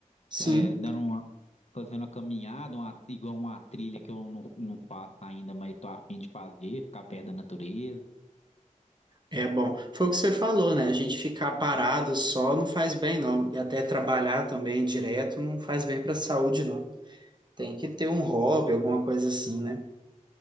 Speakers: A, on the right; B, on the left.
A: sim.
B: É, dando uma, fazendo uma caminhada, uma- igual uma trilha que eu não, não faço ainda, mas tô a fim de fazer, ficar perto da natureza.
A: É bom. Foi o que você falou, né? A gente ficar parado só não faz bem, não. E até trabalhar também direto não faz bem para a saúde, não. Tem que ter um hobby, alguma coisa assim, né?